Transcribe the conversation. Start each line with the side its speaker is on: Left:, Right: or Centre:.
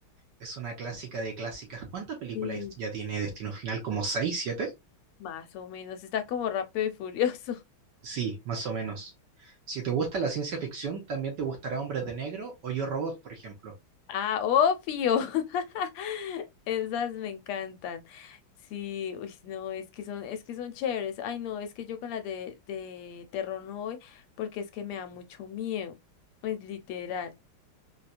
Right: Es una clásica de clásicas. ¿Cuántas películas
Left: Sí.
Right: ya tiene Destino Final? ¿Como 6, 7?
Left: Más o menos, está como Rápido y Furioso.
Right: Sí, más o menos. Si te gusta la ciencia ficción, también te gustará Hombres de Negro o Yo Robot, por ejemplo.
Left: Ah, obvio. <laughs> Esas me encantan. Sí, uy, no, es que son, es que son chéveres. Ay, no, es que yo con las de, de terror no voy porque es que me da mucho miedo. Pues literal.